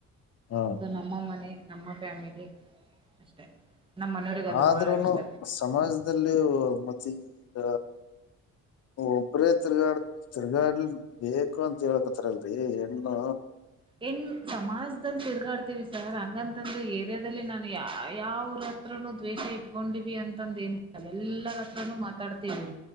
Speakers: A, on the left; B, on the right.
A: ಹಾ
B: ಅದು ನಮ್ಮ ಮನೆ ನಮ್ಮ ಫ್ಯಾಮಿಲಿ ಅಷ್ಟೆ ನಮ್ಮನೆಯವರಗಿ ಅದು
A: ಆದ್ರೂನು
B: ಬಹಳ ಇಷ್ಟ
A: ಸಮಾಜದಲ್ಲಿ ಮತ್ತೆ ಈಗ ಒಬ್ಬರೇ ತಿರ್ಗಾಡ ತಿರ್ಗಾಡ್ಲಿ ಬೇಕು ಅಂತ ಹೇಳಕತ್ತರಿಲ್ರರಿ ಹೆಣ್ಣು
B: ಏನ್ ಸಮಾಜದಲ್ಲಿ ತಿರುಗಾಡ್ತೀವಿ ಸರ್ ಹಂಗಂತಂದು ಏರಿಯಾದಲ್ಲಿ ನಾನು ಯಾ ಯಾವ <unintelligible> ಹತ್ರ ದ್ವೇಷ ಇಟ್ಕೊಂಡಿವಿ ಅಂತಂದೇನ ಎಲ್ಲರ ಹತ್ರನು ಮಾತಾಡ್ತೀವಿ